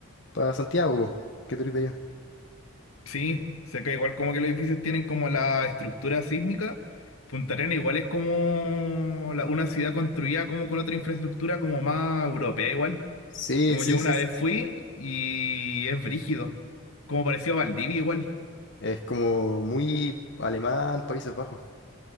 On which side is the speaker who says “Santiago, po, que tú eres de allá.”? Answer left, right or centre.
Left